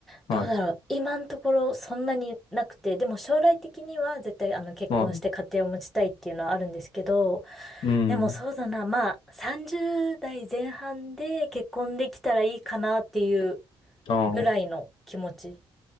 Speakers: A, on the left; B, in the centre.
A: はい。
B: どうだろう。今のところそんなになくて、でも将来的には絶対あの結婚して家庭を持ちたいっていうのはあるんですけど、
A: はい。うん。
B: でもそうだな、まあ30代前半で結婚できたらいいかなっていう
A: あ
B: ぐらいの気持ち